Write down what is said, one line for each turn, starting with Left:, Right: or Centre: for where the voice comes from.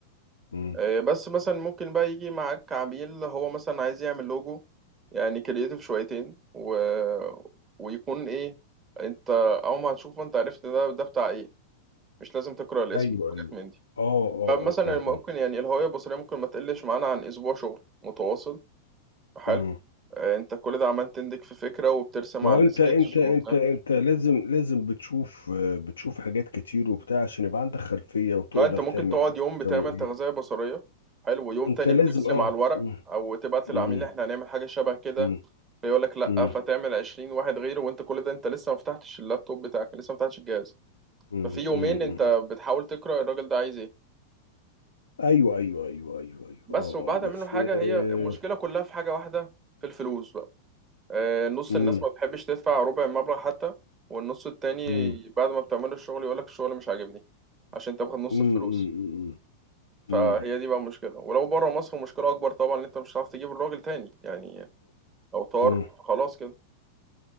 Left: مم.
Right: آه، بس مثلا ممكن بقى يجي معاك عميل هو مثلا عايز يعمل لوجو يعني كرييتيف شويتين و... ويكون ايه انت اول ما هتشوفه انت عرفت ده ده بتاع ايه مش لازم تقرأ الاسم
Left: ايوه
Right: وحاجات
Left: ايوه
Right: من دي
Left: اه اه
Right: فمثلا
Left: اه اه
Right: ممكن
Left: اه
Right: يعني الهوية البصرية ممكن ما تقلش معانا عن اسبوع شغل متواصل حلو
Left: مم.
Right: آه، انت كل ده عمال تندك في فكرة وبترسم
Left: ما
Right: على
Left: هو
Right: السكتش
Left: انت انت انت
Right: وبتاع
Left: انت لازم لازم بتشوف آه، بتشوف حاجات كتير وبتاع عشان يبقى عندك خلفية وتقدر
Right: اه انت ممكن
Left: تعمل
Right: تقعد
Left: ايه
Right: يوم بتعمل
Left: تسوي ايه
Right: تغذية بصرية حلو ويوم
Left: انت
Right: تاني
Left: لازم
Right: بترسم
Left: اه
Right: على الورق
Left: مم.
Right: او تبعت
Left: مم.
Right: للعميل احنا هنعمل حاجة شبه كده
Left: مم.
Right: يقول لك لا
Left: مم.
Right: فتعمل 20 واحد غيره وانت كل ده انت لسه ما فتحتش اللابتوب بتاعك لسه ما فتحتش الجهاز
Left: مم،
Right: ففي يومين
Left: مم،
Right: انت
Left: مم.
Right: بتحاول تقرا الراجل ده عايز ايه
Left: ايوه ايوه ايوه ايوه ايوه
Right: بس
Left: اه
Right: وبعد
Left: آه،
Right: منه
Left: بس
Right: حاجه
Left: آه،
Right: هي المشكله كلها في حاجه واحده في الفلوس بقى آه، نص
Left: مم،
Right: الناس ما بتحبش تدفع ربع المبلغ حتى والنص التاني
Left: مم،
Right: بعد ما بتعمل الشغل يقول لك الشغل مش عاجبني عشان انت واخد نص
Left: مم،
Right: الفلوس
Left: مم، مم، مم،
Right: فهي دي بقى المشكله ولو بره مصر مشكله اكبر طبعا ان انت مش هتعرف تجيب الراجل تاني يعني لو طار
Left: مم.
Right: خلاص كده